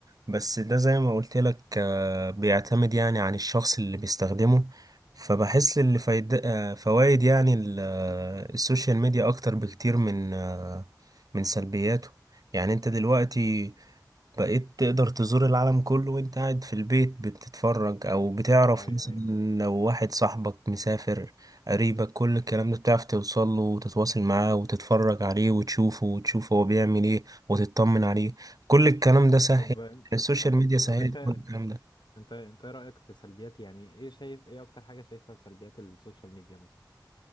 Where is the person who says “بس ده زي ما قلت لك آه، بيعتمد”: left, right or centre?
Right